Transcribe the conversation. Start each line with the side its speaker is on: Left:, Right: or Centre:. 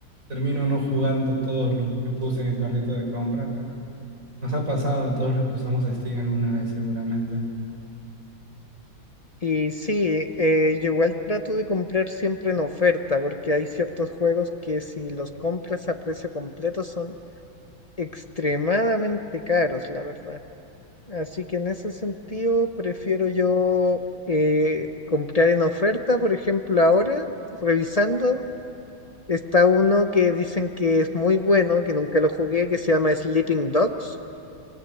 Right: termino no jugando todos los que puse en el carrito de compra, pero nos ha pasado a todos los que usamos Steam alguna vez seguramente.
Left: Y sí, eh, yo igual trato de comprar siempre en oferta, porque hay ciertos juegos que si los compras a precio completo son extremadamente caros, la verdad. Así que en ese sentido prefiero yo eh, comprar en oferta, por ejemplo, ahora, revisando, está uno que dicen que es muy bueno, que nunca lo jugué, que se llama Sleeping Dogs